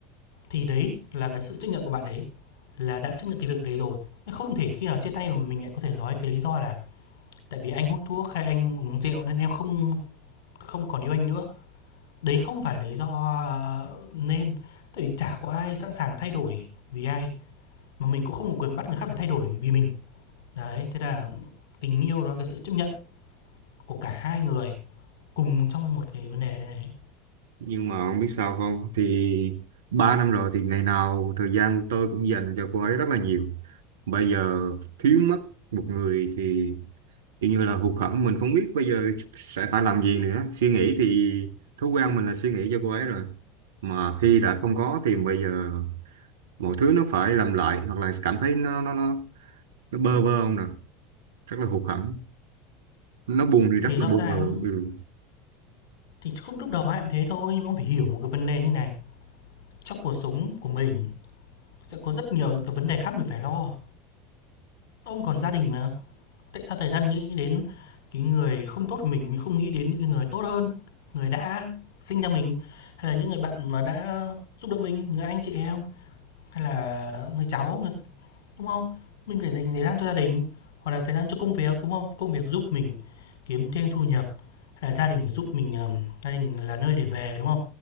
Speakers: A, on the left; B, on the right.
A: thì đấy là cái sự chấp nhận của bạn ấy, là đã chấp nhận cái việc đấy rồi. không thể khi nào chia tay mà mình lại có thể nói cái lý do là Tại vì anh hút thuốc hay anh uống rượu nên em không không còn yêu anh nữa. Đấy không phải lý do, ờ, nên, tại vì chả có ai sẵn sàng thay đổi vì ai, mà mình cũng không có quyền bắt người khác phải thay đổi vì mình. Đấy, thế là tình yêu đó là cái sự chấp nhận của cả hai người cùng trong một cái vấn đề đấy.
B: Nhưng mà ông biết sao không? Thì 3 năm rồi thì ngày nào thời gian của tôi cũng dành cho cô ấy rất là nhiều. Bây giờ thiếu mất một người thì kiểu như là hụt hẫng mình không biết bây giờ sẽ phải làm gì nữa. Suy nghĩ thì thói quen mình là suy nghĩ cho cô ấy rồi. Mà khi đã không có thì bây giờ mọi thứ nó phải làm lại hoặc là cảm thấy nó nó nó nó bơ vơ không nè, rất là hụt hẫng. Nó buồn thì rất
A: Thì rõ
B: là buồn
A: ràng
B: rồi. Ừ.
A: thì khúc lúc đầu ai cũng thế thôi, nhưng mà ông phải hiểu một cái vấn đề như này, trong cuộc sống của mình sẽ có rất nhiều những cái vấn đề khác mình phải lo. Ông còn gia đình mà, Tại sao thời gian nghĩ đến cái người không tốt của mình, mình không nghĩ đến những cái người tốt hơn, người đã sinh ra mình, hay là những người bạn mà đã giúp đỡ mình, người anh chị em, hay là người cháu, người đúng không? Mình phải dành thời gian cho gia đình, hoặc là thời gian cho công việc, đúng không? Công việc giúp mình kiếm thêm thu nhập, hay là gia đình giúp mình, ờm, gia đình là nơi để về, đúng không?